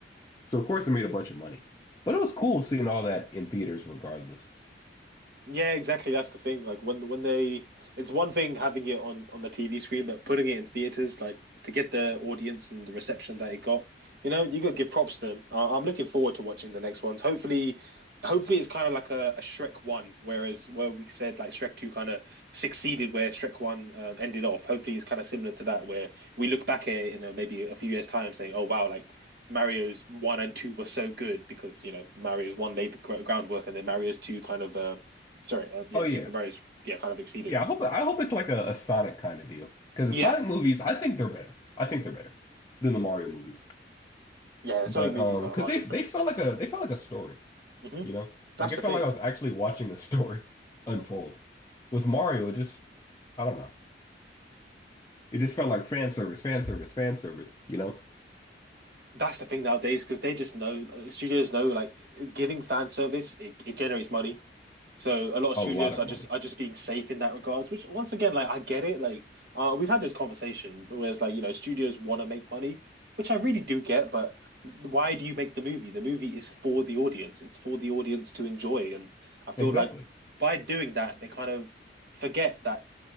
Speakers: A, on the left; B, on the right.
A: So of course it made a bunch of money. But it was cool seeing all that in theaters regardless.
B: Yeah, exactly. That's the thing. Like when when they, it's one thing having it on on the TV screen, but putting it in theaters, like to get the audience and the reception that it got, you know, you got to give props to them. I- I'm looking forward to watching the next ones. Hopefully, hopefully it's kind of like a, a Shrek one, whereas where we said like Shrek two kind of succeeded where Shrek one um, ended off. Hopefully, it's kind of similar to that, where we look back at it in a, maybe a few years' time, saying, "Oh wow, like." Mario's one and two were so good because you know Mario's one laid the gr- groundwork and then Mario's two kind of um, Sorry, uh, yeah,
A: Oh
B: superheroes
A: yeah.
B: yeah kind of exceeded.
A: Yeah, I hope I hope it's like a, a Sonic kind of deal. Because
B: Yeah,
A: the Sonic movies, I think they're better. I think they're better than the Mario movies.
B: yeah, Sonic
A: But
B: movies
A: um
B: are,
A: because
B: are
A: they
B: different.
A: they felt like a they felt like a story,
B: hmm
A: you know?
B: That's
A: Like it
B: the thing.
A: felt like I was actually watching a <laughs> story unfold. With Mario, it just I don't know. It just felt like fan service, fan service, fan service, you know?
B: That's the thing nowadays because they just know uh, studios know like giving fan service it, it generates money. So a lot of
A: A
B: studios
A: lot of
B: are
A: money.
B: just are just being safe in that regards. Which once again, like I get it. Like uh, we've had this conversation where it's like you know studios want to make money, which I really do get. But why do you make the movie? The movie is for the audience. It's for the audience to enjoy. And I feel
A: Exactly.
B: like by doing that, they kind of forget that